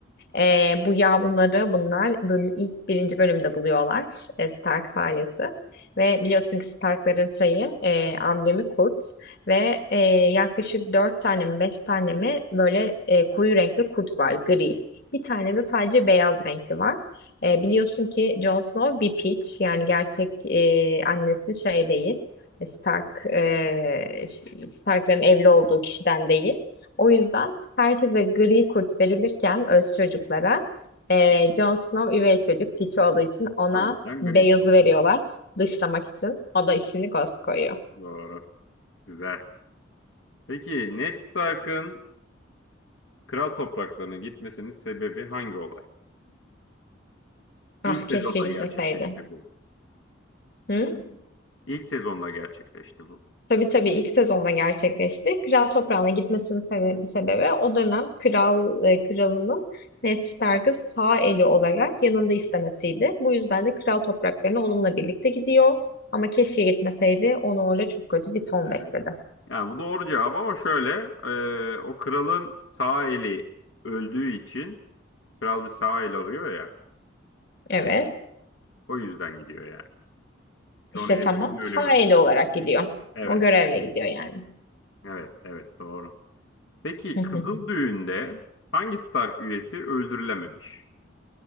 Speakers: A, on the left (about 55°); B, on the left (about 70°).
A: Ee, bu yavruları bunlar bölüm, ilk birinci bölümde buluyorlar e, Stark ailesi. Ve biliyorsun ki Stark'ların şeyi e, amblemi kurt ve e, yaklaşık dört tane mi beş tane mi böyle e, koyu renkli kurt var gri. Bir tane de sadece beyaz renkli var. E, biliyorsun ki Jon Snow bir piç yani gerçek e, annesi şey değil. Stark, e, Stark'ların evli olduğu kişiden değil. O yüzden Herkese gri kurt verilirken öz çocuklara e, Jon Snow üvey çocuk piç olduğu için ona
B: O yüzden
A: beyazı
B: gri kurt.
A: veriyorlar. Dışlamak için. O da ismini Ghost koyuyor.
B: Doğru. Güzel. Peki Ned Stark'ın kral topraklarına gitmesinin sebebi hangi olay? İlk
A: Ah
B: sezonda
A: keşke gitmeseydi.
B: gerçekleşti bu.
A: Hı?
B: İlk sezonda gerçekleşti bu.
A: Tabii tabii ilk sezonda gerçekleşti. Kral toprağına gitmesinin sebe- sebebi o dönem kral e, kralının Ned Stark'ı sağ eli olarak yanında istemesiydi. Bu yüzden de kral topraklarına onunla birlikte gidiyor. Ama keşke gitmeseydi. Onu orada çok kötü bir son
B: Evet.
A: bekledi.
B: Yani bu doğru cevap ama şöyle e, o kralın sağ eli öldüğü için kral bir sağ el arıyor ya
A: Evet.
B: o yüzden gidiyor yani. John
A: İşte
B: Arryn'in
A: tamam.
B: ölümü.
A: Faili olarak gidiyor.
B: Evet,
A: O görevle gidiyor yani.
B: evet, evet doğru. Peki
A: <laughs> Hı hı.
B: Kızıl Düğün'de hangi Stark üyesi öldürülememiş?